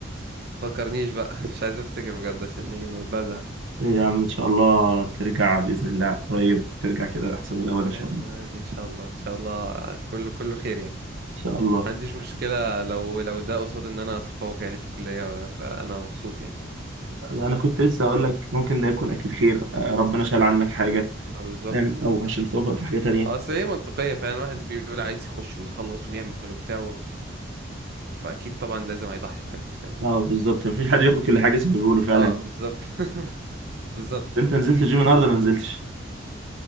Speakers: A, on the right; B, on the right.
A: فكرنيش بقى <laughs> مش عايز افتكر بجد عشان ايه بزعل
B: إيه يا عم ان شاء الله ترجع باذن الله قريب ترجع كده احسن من الاول
A: المهم
B: ان شاء الله
A: عادي ان شاء الله ان شاء الله كله كله خير يعني
B: ان شاء الله
A: ما عنديش مشكلة لو لو ده قصاد ان انا اتفوق يعني في الكلية فانا مبسوط يعني
B: انا كنت لسه اقول
A: راضي
B: لك ممكن ده يكون اكيد خير آه، ربنا شال عنك حاجه
A: ما بالظبط
B: آم، او عشان توفق في حاجه تانية
A: اه اصل هي منطقية فعلا الواحد بيقول عايز يخش ويخلص ويعمل وبتاع فاكيد طبعا لازم هيضحي بحاجات فاهم
B: اه بالظبط مفيش حد بياخد كل حاجه زي ما بيقولوا فعلا
A: اه بالظبط <laughs> بالظبط
B: انت نزلت الجيم النهارده ولا ما نزلتش